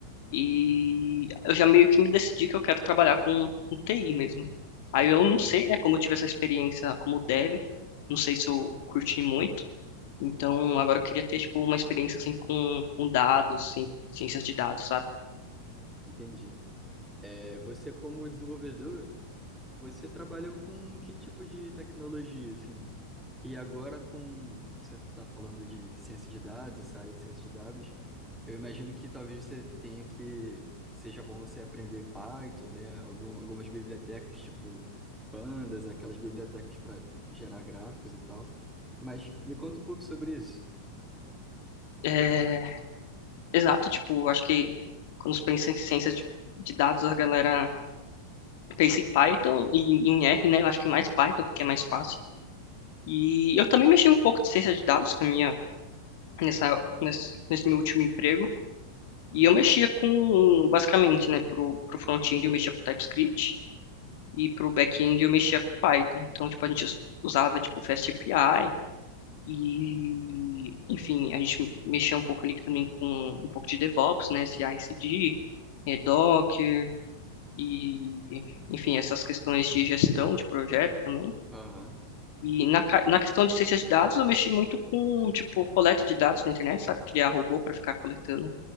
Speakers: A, on the left (about 50°); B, in the centre.
A: e eu já meio que me decidi que eu quero trabalhar com, com TI mesmo. Aí eu não
B: Uhum,
A: sei, né, como eu tive essa experiência como dev, não sei se eu curti muito, então, agora eu queria ter, tipo, uma experiência, assim, com, com dados, assim, ciências de dados, sabe?
B: entendi. É, você como desenvolvedor, Você trabalhou com que tipo de tecnologia, assim? E agora com... Você está falando de ciência de dados, essa área de ciência de dados. Eu imagino que talvez você tenha que... Seja bom você aprender Python, né? Algum- Algumas bibliotecas, tipo Pandas, aquelas bibliotecas para gerar gráficos e tal. Mas me conta um pouco sobre isso.
A: É, exato, tipo, acho que quando se pensa em ciências de, de dados, a galera pensa em Python e em R, né? Eu acho que mais Python, porque é mais fácil. E eu também mexi um pouco de ciência de dados na minha, nessa, nesse, nesse meu último emprego. E eu mexia com, basicamente, né, pro, pro front-end eu mexia com TypeScript e pro back-end eu mexia com Python. Então, tipo, a gente us- usava, tipo, FastAPI, E, enfim, a gente mexeu um pouco ali também com um pouco de DevOps, né? CI/CD, eh, Docker e, enfim, essas questões de gestão de projeto também.
B: Aham.
A: E na, ca- na questão de ciência de dados, eu mexi muito com, tipo, coleta de dados na internet, sabe? Criar robô para ficar coletando